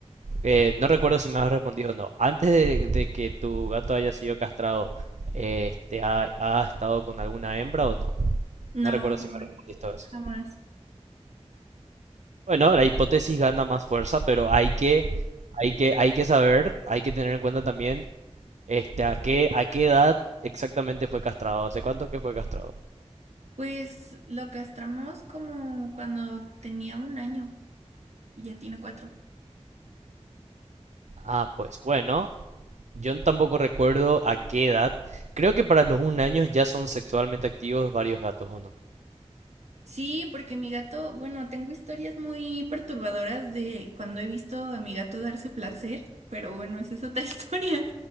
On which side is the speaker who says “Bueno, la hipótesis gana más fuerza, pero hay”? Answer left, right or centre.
Right